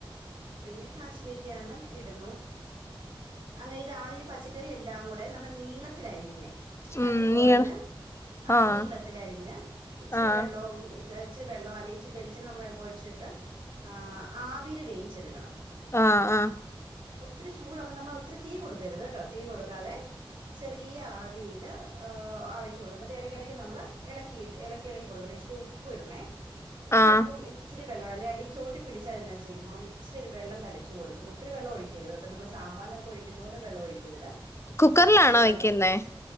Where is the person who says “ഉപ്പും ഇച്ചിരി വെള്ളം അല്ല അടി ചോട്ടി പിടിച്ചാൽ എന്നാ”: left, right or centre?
Right